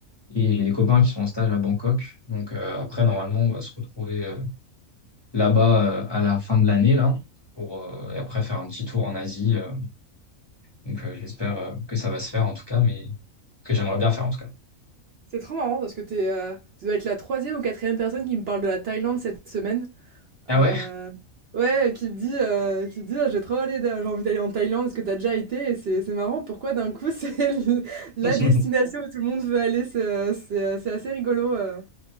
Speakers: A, on the left; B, on the right.
A: et j'ai des copains qui sont en stage à Bangkok. Donc, euh, après, normalement, on va se retrouver euh, là-bas euh, à la fin de l'année, là, pour, euh, et après faire un petit tour en Asie. euh. donc, euh, j'espère euh, que ça va se faire, en tout cas, mais que j'aimerais bien faire, en tout cas.
B: C'est trop marrant parce que t'es, euh, tu dois être la troisième ou quatrième personne qui me parle de la Thaïlande cette semaine.
A: Ah
B: Heu,
A: ouais?
B: ouais, qui te dit, heu, qui te dit: «Ah j'ai trop aller da j'ai envie d'aller en Thaïlande, est-ce que t'as déjà été?» et c'est c'est marrant pourquoi d'un coup <laughs> c'est le la
A: <laughs>
B: destination où tout le monde veut aller, c'est, heu, c'est, heu, c'est assez rigolo, heu,